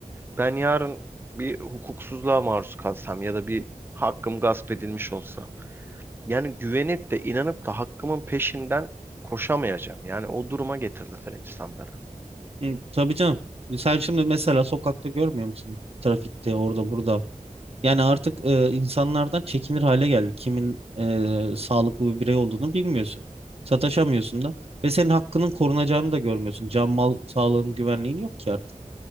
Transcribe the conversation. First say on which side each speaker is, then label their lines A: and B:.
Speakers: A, on the right; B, on the right.
A: Ben yarın bir hukuksuzluğa maruz kalsam ya da bir hakkım gasp edilmiş olsa yani güvenip de inanıp da hakkımın peşinden koşamayacağım. Yani o duruma getirdiler insanları.
B: hı, tabii canım. Sen şimdi mesela sokakta görmüyor musun? Trafikte, orada, burada. Yani artık e, insanlardan çekinir hale geldik. Kimin e, sağlıklı bir birey olduğunu bilmiyorsun. Sataşamıyorsun da. Ve senin hakkının korunacağını da görmüyorsun. Can mal sağlığın güvenliğin yok ki artık.